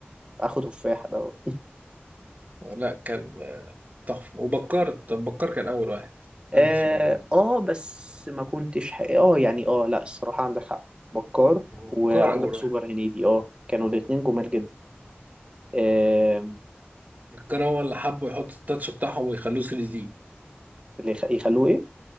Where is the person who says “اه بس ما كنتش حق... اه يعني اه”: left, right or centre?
Right